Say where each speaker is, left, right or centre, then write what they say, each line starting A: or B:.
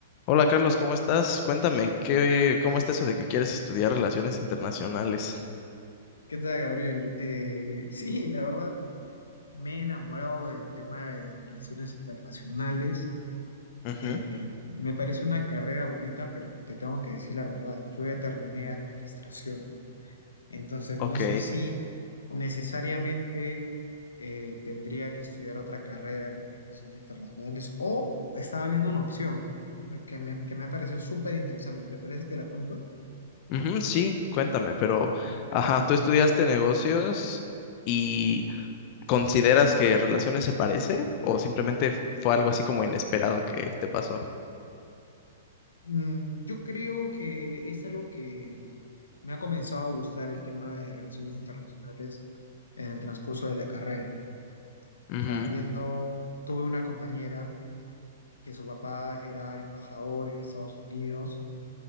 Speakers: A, on the left; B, on the left.
A: Hola Carlos, ¿cómo estás? Cuéntame, ¿qué, cómo está eso de que quieres estudiar relaciones internacionales?
B: ¿Qué tal, Gabriel? Eh, sí, la verdad me he enamorado del tema de relaciones internacionales.
A: Ujú,
B: Eh, me parece una carrera bonita, pero te tengo que decir la verdad. Yo ya terminé administración, entonces
A: ok.
B: no sé si necesariamente eh, tendría que estudiar otra carrera como relaciones internacionales o estaba viendo una opción que me, que me ha parecido súper interesante. ¿Te parece si te la cuento?
A: Ujú, sí, cuéntame, pero, ajá, ¿tú estudiaste negocios y consideras que relaciones se parece o simplemente fue algo así como inesperado que te pasó?
B: Mm, yo creo que es algo que Me ha comenzado a gustar el tema de relaciones internacionales en el transcurso de la carrera.
A: Ujú.
B: O sea, viendo, tuve una compañera que su papá era embajador en Estados Unidos,